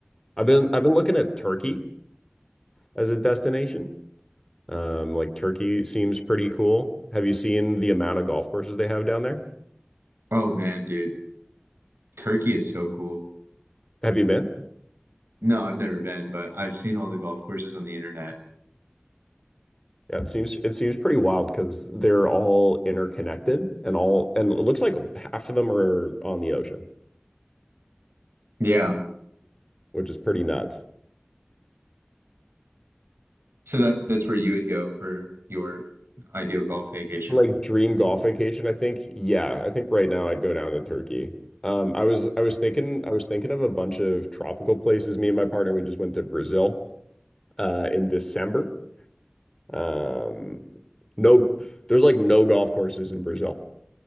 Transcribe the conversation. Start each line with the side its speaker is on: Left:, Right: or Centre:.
Left: I've been I've been looking at Turkey as a destination. Um, like Turkey seems pretty cool. Have you seen the amount of golf courses they have down there?
Right: Oh man, dude. Turkey is so cool.
Left: Have you been?
Right: No, I've never been, but I've seen all the golf courses on the internet.
Left: Yeah, it seems it seems pretty wild because they're all interconnected and all and it looks like half of them are on the ocean,
Right: Yeah.
Left: which is pretty nuts.
Right: So that's that's where you would go for your ideal golf vacation.
Left: like dream golf vacation, I think. Yeah, I think right now I'd go down to Turkey. Um, I was I was thinking I was thinking of a bunch of tropical places. Me and my partner, we just went to Brazil uh, in December. Um, no, there's like no golf courses in Brazil.